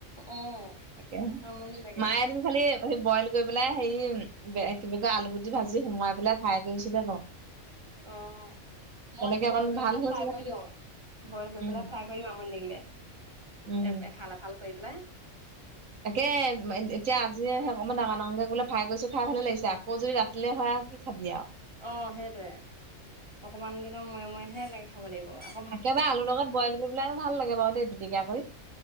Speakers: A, on the right; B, on the right.
A: অ
B: তাকে
A: আমনি লাগে
B: মায়ে এদিন খালি হে বইল কৰি পেলাই হেৰি, কি বুলি কয়? আলুগুটি ভাজি সোমোৱাই পেলাই ফ্ৰাই কৰিছিলে ক '।
A: অঁ। মই
B: তেনেকে
A: সেই
B: অকন
A: বইল কৰি
B: ভাল
A: পেলাই
B: হৈছিলে
A: ফ্ৰাই কৰি
B: খাই।
A: দিওঁ। বইল কৰি
B: উম
A: পেলাই ফ্ৰাই কৰি দিওঁ আমনি লাগিলে।
B: উম
A: এ-এফাল, এফাল কৰি পেলাই।
B: তাকে এ এতিয়া আজিয়েহে অকণমান ডাঙৰ ডাঙকে বোলে ফ্ৰাই কৰিছোঁ, খাই ভালে লাগিছে। আকৌ যদি ৰাত তিলে হয় কি খাবি আও।
A: অঁ, সেইটোৱে। অকমান দিনৰ মুৰে মুৰেহে এনেকে খাব লাগিব আৰু।
B: একেবাৰে আলুৰ লগত বইল কৰি পেলাইও ভাল লাগে বাৰু দেই পিটিকা কৰি।